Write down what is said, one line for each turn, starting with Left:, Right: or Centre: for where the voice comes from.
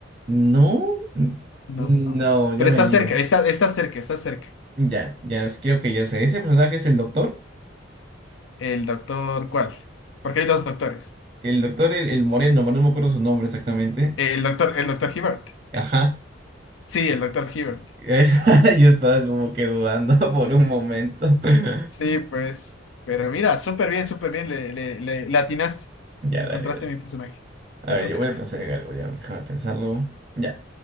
Right: No. N-
Left: No,
Right: No,
Left: no.
Right: ya
Left: Pero
Right: me
Left: está
Right: digan.
Left: cerca, está, está cerca, está cerca.
Right: Ya, ya, creo que ya sé. ¿Ese personaje es el doctor?
Left: El doctor, ¿cuál? Porque hay dos doctores.
Right: El doctor, el, el moreno, no me acuerdo su nombre exactamente.
Left: El doctor, el doctor Hibbert.
Right: Ajá.
Left: Sí, el doctor Hibbert.
Right: Es- <laughs> Yo estaba como que dudando <laughs> por un momento. <laughs>
Left: Sí, pues. Pero mira, súper bien, súper bien. Le, le, le, le atinaste.
Right: Ya,
Left: Encontraste
Right: dale, dale.
Left: mi personaje.
Right: A
Left: Te
Right: ver,
Left: toca.
Right: yo voy a pensar en algo, ya. Déjame pensarlo. Ya.